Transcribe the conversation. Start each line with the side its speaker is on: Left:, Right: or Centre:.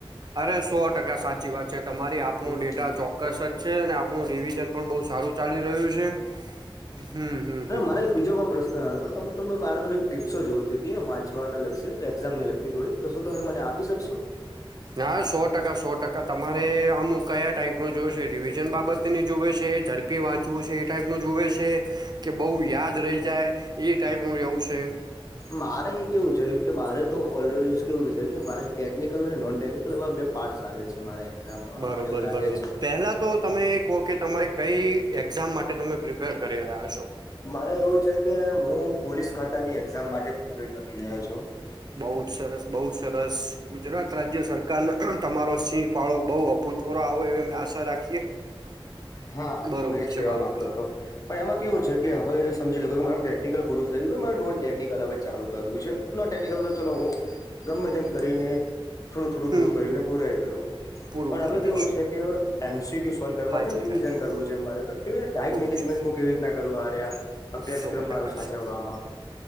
Right: અરે સો ટકા સાચી વાત છે તમારી આપનો
Left: હમ
Right: ડેટા ચો કસ જ છે. અને આપણું રિવિઝન પણ બહ સારું ચાલી રહ્યું છે. હમ હમ હમ
Left: મારે
Right: હમ
Left: એક બીજો પણ પ્રશ્ન હતો અમે તો મેં મારે થોડીક ટીપ્સો જોઈતી હતી વાંચવા લ એક્ઝામ મે લખતી થોડી તો શ તમે મને આપી શકશો
Right: ના સો ટકા સો ટકા તમારે આમ કયા ટાઈઇપનો જોુવે છે. રિવિઝન બાબતની જોુવે છે. ડપી વાંચું છે. ટાઈપ ન જોવે છે કે બઉુ યાદ રહી જાય એ ટાઈપનું એવું છે.
Left: મારે એ કેવું છે. કે મારે તો ઓલરેડી કેવું છે. કે મારે ટેકનિકલ અને નોન ટેકનિકલ બે પાર્ટસ આવે છે મારા એઝામમાં
Right: બરોબર
Left: મને એવું લાગે
Right: બરોબર
Left: છે.
Right: પહેલા તો તમે એ કહો કે તમારે કઈ એક્ઝામ માટે તમે પ્રિપેર કરી રહ્યા છો.
Left: મારે એવું છે કે હું પોલીસ ખાતાની એક્ઝામ માટે પ્રિપેર કરી રહ્યો છું
Right: બઉુ જ સરસ બઉુ સરસ ગુજરાત રાજ્ય સરકાર તમારો સિંહ ફાળો બઉ અપૂત તોરા આ આવો એમાં આશા રાખીએ
Left: હા
Right: બરોબર
Left: હું એજ
Right: છે
Left: કેવા
Right: બરોબર
Left: માંગતો
Right: છે
Left: હતો પણ એમાં કેવું છે. કે હવે સમજી લો કે મારું ટેકનિકલ ગુરુ થયું કે મારે નોન ટેકનિકલ હવે ચાલુ કરવું છે. તો નોન ટેકનિકલ તો ચલો હું ગમે તેમ કરીને-' થોડું થોડું થોડું
Right: હમ
Left: કરીને પૂરા કરું
Right: પૂરું
Left: પણ
Right: કરી
Left: હવે
Right: દઈશું
Left: કેવું છે કે એમસીક્યુ સોલ્વ કરવા
Right: હાજી
Left: રિવિઝન
Right: હાજી
Left: કરવું છે મારે <unintelligible> ટાઈમ
Right: બઉ
Left: મેનેજમેન્ટ
Right: જ
Left: કેવી રીના કરવું આ્યા અભ્યાસક્રમ
Right: સો ટકા
Left: મારો સાચવમાં
Right: સો